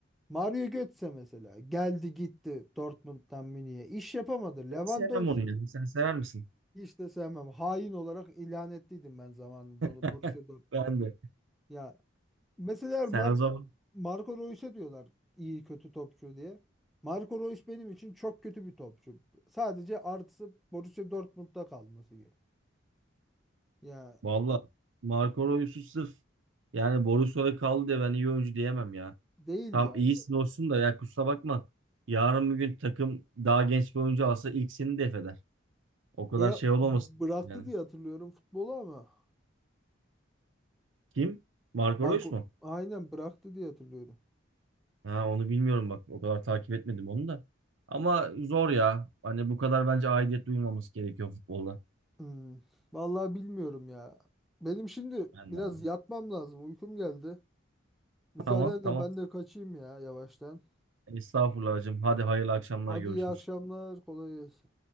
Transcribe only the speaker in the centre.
Mario Götze mesela. Geldi gitti Dortmund'dan Münih'e. İş yapamadı. Lewandowski.
Hiç de sevmem. Hain olarak ilan ettiydim ben zamanında onu
Borussia Dortmund.
Ya mesela
Marco
Marco Reus'e diyorlar iyi kötü topçu diye. Marco Reus benim için çok kötü bir topçu. Sadece artısı Borussia Dortmund'da kalması gibi. Ya
değil
ya.
Bıra-
bıraktı
diye hatırlıyorum futbolu ama.
Marco
aynen bıraktı diye hatırlıyorum.
Hmm. Vallahi bilmiyorum ya. Benim şimdi
biraz
yatmam lazım. Uykum geldi. Müsaadenle
ben de kaçayım ya yavaştan.
Hadi
iyi akşamlar. Kolay gelsin.